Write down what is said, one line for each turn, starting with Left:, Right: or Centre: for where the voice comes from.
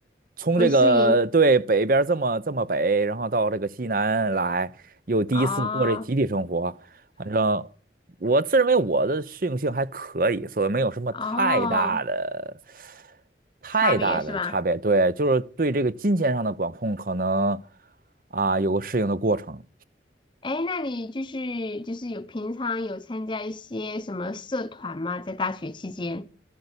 Right: 从这个对北边儿这么这么北，
Left: 不适应。
Right: 然后到这个西南来，又第一次过这集体生活，
Left: 哦
Right: 反正我自认为我的适应性还可以，所以没有什么太大的
Left: 哦，
Right: 太大的差别。
Left: 差别是吧？
Right: 对，就是对这个金钱上的管控可能啊有个适应的过程
Left: 哎，那你就是就是有平常有参加一些什么社团吗？在大学期间？